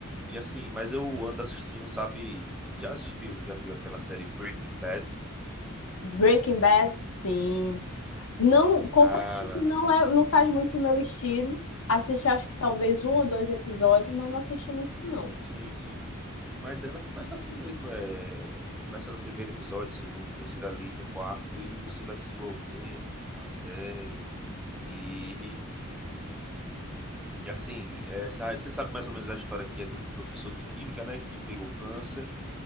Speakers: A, in the centre; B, on the left.
A: E assim, mas eu ando assistindo, sabe? Já assistiu, já viu aquela série Breaking Bad?
B: Breaking Bad, sim. Não, confesso
A: Cara,
B: que não é, não faz muito o meu estilo. Assisti, acho que talvez um ou dois episódios, mas não assisti muito, não.
A: sim, sim. Mas ela começa assim mesmo, é... Começa no primeiro episódio, segundo, terceiro ali, no quarto, e você vai se envolvendo com a série, e E assim, essa, você sabe mais ou menos a história que é de um professor de química, né, que pegou câncer